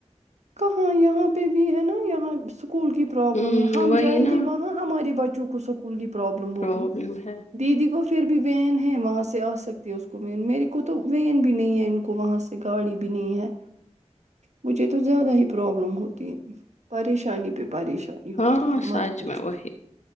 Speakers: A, on the right; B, on the left.
A: کہاں یہاں پہ بھی ہے نا یہاں س اسکول کی پروابلم
B: ہ
A: ہے ہم
B: وہی
A: جائیں
B: نا
A: گے وہاں ہمارے بچوں کو ک سکول کی پرابلم ہوگی
B: پرابلم ہے
A: دیدی کو پھر بھی وین ہے وہاں سے آ سکتی ہے اس کو وین میرے کو تو وین بھی نہیں ہے ان کو وہاں سے گاڑی بھی نہیں ہے مجھے تو زیادہ ہی پرابلم ہوتی ہے پریشانی پہ پریشانی ہوتی
B: ہاں
A: ہے مت
B: سچ
A: پوچھو
B: میں وہی